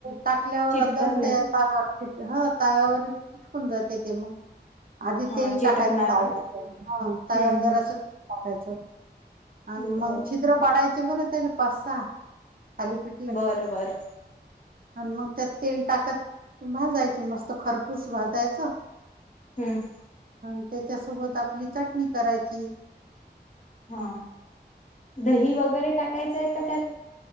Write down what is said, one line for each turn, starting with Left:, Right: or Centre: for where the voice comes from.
Right: टाकल्यावर
Left: चिटकत
Right: दरते
Left: नाही
Right: ताव्यावर ह ताव्यावर. चटकून जाते ते मग. आधी
Left: हा
Right: तेल
Left: चिटकणार
Right: टाकायचं तवा
Left: नाही
Right: वर.
Left: हम्म
Right: जरासाच
Left: हम्म
Right: टाकायच. आणि
Left: बर
Right: मग छिद्र पडायचं. बर त्याला पाच- सहा. थालीपीठले
Left: बर. बर.
Right: आणि मग त्यात तेल टाकत भाजायचे मस्त. खरपूस भाजायचं.
Left: हम्म
Right: आणि त्याच्यासोबत आपली चटणी करा. हम तीथ.
Left: हा हा दही वगैरे टाकायचंय का त्यात